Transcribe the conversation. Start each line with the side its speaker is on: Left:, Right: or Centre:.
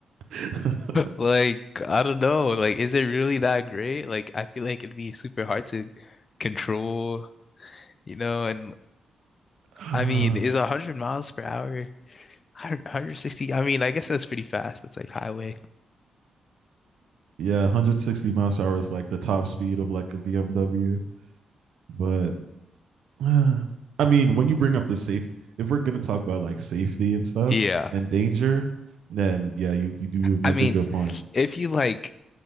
Right: <laughs>
Left: Like, I don't know. Like, is it really that great? Like, I feel like it'd be super hard to control, you know, and
Right: uh,
Left: I mean, is 100 miles per hour, 160? I mean, I guess that's pretty fast. That's like highway.
Right: yeah, 160 miles per hour is like the top speed of like a BMW. But uh, I mean, when you bring up the safe, if we're gonna talk about like safety and stuff
Left: Yeah.
Right: and danger, then yeah, you you do make
Left: I mean,
Right: a good point.
Left: if you like